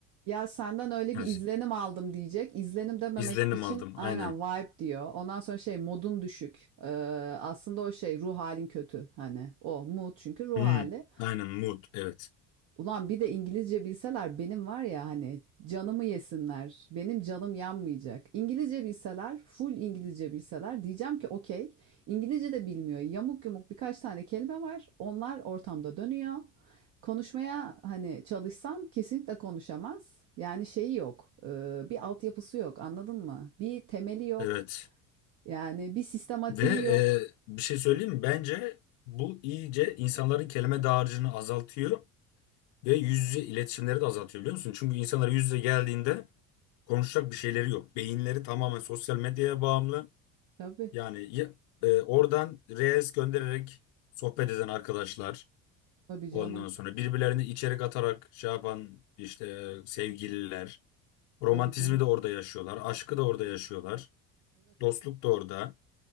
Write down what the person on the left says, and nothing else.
Yani
izlenim
aldım
aynen.
Hı.
Aynen mood evet.
Evet.
Ve e,
bir şey söyleyeyim mi? Bence bu iyice insanların kelime dağarcığını azaltıyor. Ve yüz yüze iletişimleri de azaltıyor biliyor musun? Çünkü insanlar yüz yüze geldiğinde konuşacak bir şeyleri yok. Beyinleri tamamen sosyal medyaya bağımlı.
Yani ya- e, oradan reels göndererek sohbet eden arkadaşlar.
Ondan sonra birbirlerine içerik atarak şey yapan işte sevgililer. Romantizmi
de orada yaşıyorlar. Aşkı da orada yaşıyorlar.
Dostluk da orada.